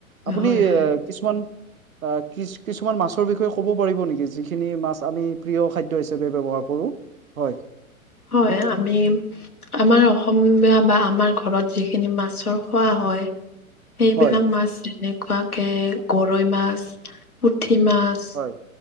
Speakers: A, on the right; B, on the left.
A: আপুনি
B: হয়,
A: এ
B: হয়।
A: কিছুমান অ', কিছু কিছুমান মাছৰ বিষয়ে ক'ব পাৰিব নেকি যিখিনি মাছ আমি প্ৰিয় খাদ্য হিচাপে ব্যৱহাৰ কৰোঁ। হয়।
B: হয় আমি আমাৰ অসমীয়া বা আমাৰ ঘৰত যিখিনি মাছ মাছৰ খোৱা হয় সেইবিলাক
A: হয়
B: মাছ যেনে কুৱাকে গৰৈ মাছ। পুঠি মাছ
A: হয়